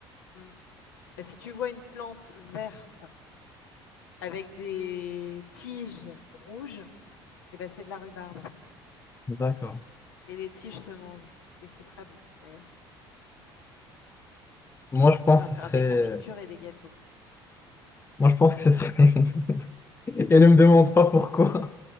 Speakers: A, on the left; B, on the left.
A: Hmm. Bah, si tu vois une plante verte avec des tiges rouges, eh ben, c'est de la rhubarbe.
B: D'accord.
A: Et les tiges se mangent. Et c'est très bon, d'ailleurs.
B: Moi, je pense
A: Ça sert à faire
B: que ce serait...
A: des confitures et des gâteaux.
B: Moi, je pense que ce serait... <laughs> Et ne me demande pas pourquoi,